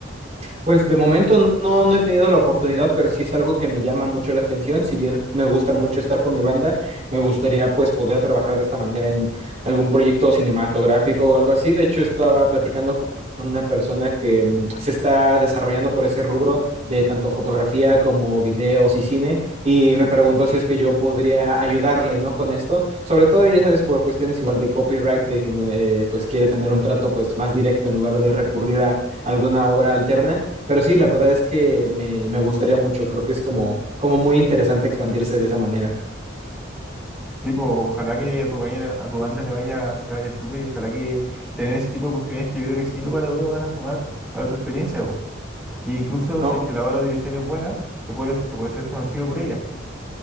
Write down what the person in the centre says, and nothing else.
Tipo, ojalá que a tu, bañera- a tu banda le vaya, le vaya súper y ojalá que tener ese tipo de oportunidades que yo creo que sin lugar a dudas van a sumar para tu experiencia, po. Y incluso
si es que la obra audiovisual es buena, te puedes, te puedes ser conocido por ella.